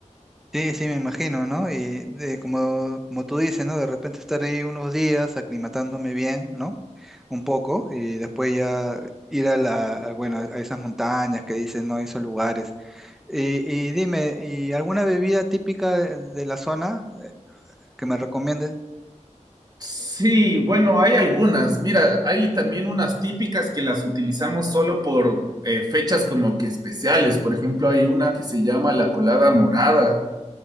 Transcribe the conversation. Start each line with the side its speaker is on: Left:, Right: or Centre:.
Centre: Sí, sí, me imagino, ¿no? Y de- como, como tú dices, ¿no? De repente estar ahí unos días aclimatándome bien, ¿no? Un poco, y después ya ir a la, a, bueno, a esas montañas que dicen, ¿no? Esos lugares. Y, y dime, ¿y alguna bebida típica de, de la zona eh, que me recomiendes?
Right: Sí, bueno, hay algunas. Mira, hay también unas típicas que las utilizamos solo por eh, fechas como que especiales. Por ejemplo, hay una que se llama la colada morada,